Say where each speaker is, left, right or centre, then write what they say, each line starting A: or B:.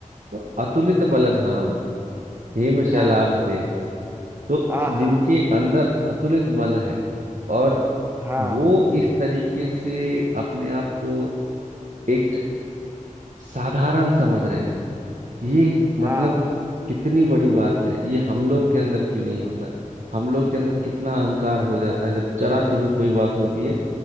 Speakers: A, on the right; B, on the right.
A: तो अतुलित बलधाम हेम शैलाभ
B: हाँ
A: देह तो
B: आ
A: जिनके
B: हाँ
A: अंदर अतुलित बल है और
B: हाँ
A: वो इस तरीके से अपने आप को एक साधारण समझ रहे हैं ये मतलब
B: हाँ
A: कितनी बड़ी बात है ये हम लोग के अंदर क्यों नहीं होता हम लोग के अंदर कितना अहंकार
B: अरे
A: हो जाता है जब जरा सी भी कोई बात होती है